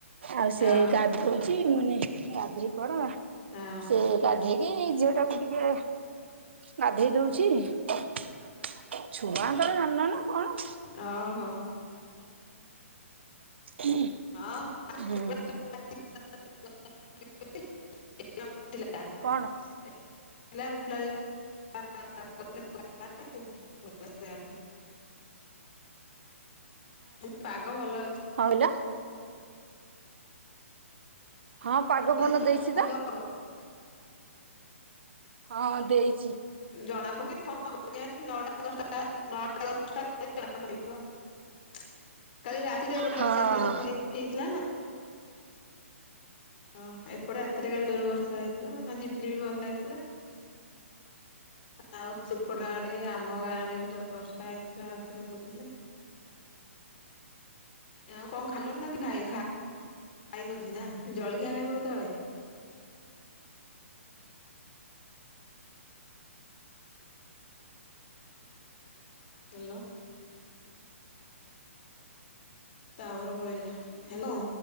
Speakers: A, on the right; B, on the left.
A: ଆଉ ସେ
B: ଓହୋ
A: ଗାଧ୍ ଉଚି, ମୁନି ଗାଧେଇ ପଡ
B: ହଁ
A: ସେ ଗାଧେଇକି ଝିଅ ଟାକୁ ଟିକେ ଗାଧେଇ ଦଉଚି। ଛୁଆ ଙ୍କର ଜାନିନ ନା କଣ।
B: ଅ ହ।
A: <inaudible>
B: ହଁ। <unintelligible>
A: ହୁଁ।
B: <unintelligible> ଉଠିଲା। <unintelligible>
A: କଣ ହଁ
B: <unintelligible> ପାଗ ଭଲ ଅଛି।
A: କଣ କହିଲ? ହଁ ପାଗ
B: ମାନେ
A: ଭଲ ଦେଇଚି
B: ପାଗ
A: ତ।
B: ହବ
A: ହଁ ଦେଇଚି।
B: ଜଣାପଡ଼ୁଚି କଣ ହବ କେଜାଣି। ନଅଟା ଦଶଟା ନଅଟା ଦଶଟା <unintelligible> କାଲି ରାତିରେ ଏପଟେ
A: ହଁ।
B: ବର୍ଷା ହେଇଥିଲା ସେପଟ ହେଇଥିଲା ନା? ଅ ଏପଟେ ରାତିରେ କାଲି ଜୋରେ ବର୍ଷା ହେଇଥିଲା। ନା ଝିପିଝିପି ବର୍ଷା ହେଇଥିଲା। ଆଉ ସେପଟ ଆଡେ ଆମ ଗାଁ ଆଡେ ସୁଧା ବର୍ଷା ହେଇଥିଲା ରାତିରେ କହୁଥିଲେ। ଆଉ କଣ ଖାଇଲଣି ନା କି ଖାଇ ଖାଇନ କିଛି ନା। ଜଳଖିଆ ଖାଇବ କେତେବେଳେ? ହ୍ୟାଲୋ। ଟାୱାର ପଳେଇଲା। ହ୍ୟାଲୋ।